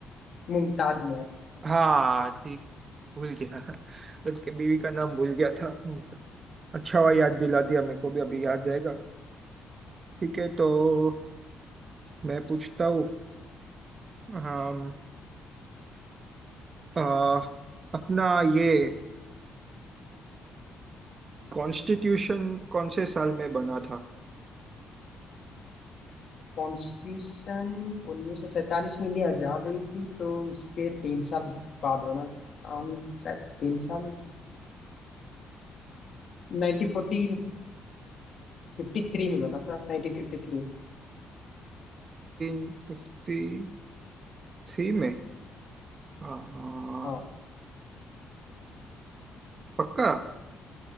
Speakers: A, on the left; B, on the right.
A: मुमताज महल
B: हाँ ठीक है भूल गया उनकी बीवी का नाम भूल गया था अच्छा हुआ याद दिला दिया मेरे को भी अभी याद रहेगा ठीक है तो मैं पूछता हूँ हम आ, अपना ये कॉन्स्टिट्यूशन कौन से साल में बना था
A: कॉन्स्टिट्यूशन उन्नीस सौ सैंतालीस में इंडिया आजाद हुई थी तो उसके तीन साल बाद बना um, शायद तीन साल नाइनटीन फोर्टी फिफ्टी थ्री में बना था नाइनटीन फिफ्टी थ्री
B: 1953 में हाँ
A: हाँ
B: पक्का